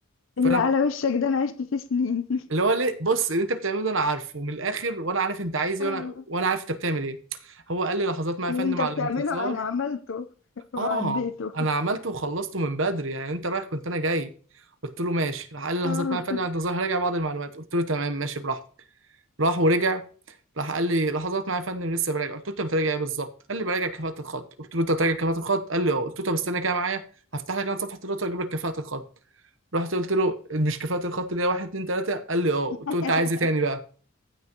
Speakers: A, on the left (about 65°); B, on the right (about 65°).
A: اللي
B: فانا
A: على
B: ب-
A: وشك ده انا عشت فيه سنين
B: اللي هو ليه بص اللي انت بتعمله ده انا عارفه من الاخر وانا عارف انت عايز
A: <laughs>
B: ايه
A: آه.
B: وانا وانا عارف انت بتعمل ايه هو قال لي لحظات معايا
A: اللي
B: يا فندم
A: انت
B: على
A: بتعمله
B: الانتظار
A: انا عملته <laughs> وعديته
B: اه انا عملته وخلصته من بدري يعني انت رايح كنت انا جاي قلت له ماشي راح قال لي لحظات
A: آه.
B: معايا يا فندم انت ظاهر راجع بعض المعلومات قلت له تمام ماشي براحتك راح ورجع راح قال لي لحظات معايا يا فندم لسه براجع قلت له انت بتراجع ايه بالظبط قال لي براجع كفاءة الخط قلت له انت بتراجع كفاءة الخط قال لي اه قلت له طب استنى كده معايا هفتح لك انا صفحة الدكتور اجيب لك كفاءة الخط رحت قلت له مش كفاءة الخط دي واحد اتنين تلاتة قال لي اه
A: <laughs>
B: قلت له انت عايز ايه تاني بقى